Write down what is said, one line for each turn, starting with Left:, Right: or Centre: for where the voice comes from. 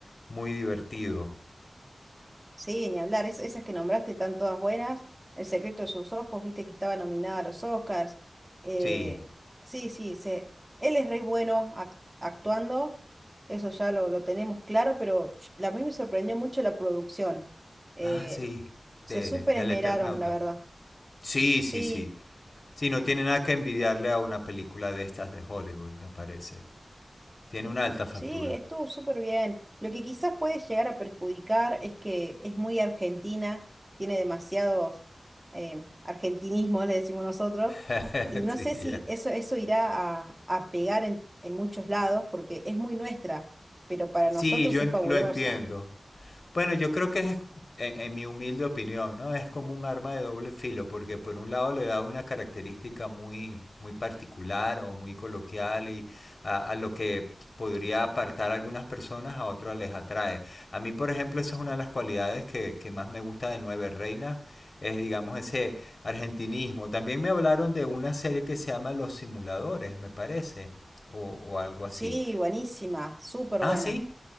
Left: muy divertido.
Right: Sí, ni hablar, es- esas que nombraste están todas buenas. El secreto de sus ojos, viste que estaba nominada a los Oscars. Eh,
Left: Sí.
Right: sí, sí, se, él es re bueno ac- actuando, eso ya lo, lo tenemos claro, pero la- a mí me sorprendió mucho la producción. Eh,
Left: Ah, sí, de,
Right: se súper
Left: del
Right: esmeraron,
Left: Eternauta.
Right: la verdad.
Left: Sí,
Right: Sí.
Left: sí, sí. Sí, no tiene nada que envidiarle a una película de estas de Hollywood, me parece. Tiene una alta factura.
Right: Sí, estuvo súper bien. Lo que quizás puede llegar a perjudicar es que es muy argentina, tiene demasiados eh, argentinismos, le decimos nosotros,
Left: <laughs>
Right: y no
Left: Sí,
Right: sé
Left: ya.
Right: si eso, eso irá a, a pegar en, en muchos lados porque es muy nuestra, pero para
Left: Sí,
Right: nosotros
Left: yo
Right: es
Left: ent-
Right: fabulosa.
Left: lo entiendo. Bueno, yo creo que es, en, en mi humilde opinión, ¿no? Es como un arma de doble filo, porque por un lado le da una característica muy, muy particular o muy coloquial y a, a lo que podría apartar a algunas personas, a otras les atrae. A mí, por ejemplo, esa es una de las cualidades que, que más me gusta de Nueve Reinas, es digamos ese argentinismo. También me hablaron de una serie que se llama Los Simuladores, me parece, o, o algo
Right: Sí,
Left: así.
Right: buenísima, súper
Left: Ah,
Right: buena.
Left: sí.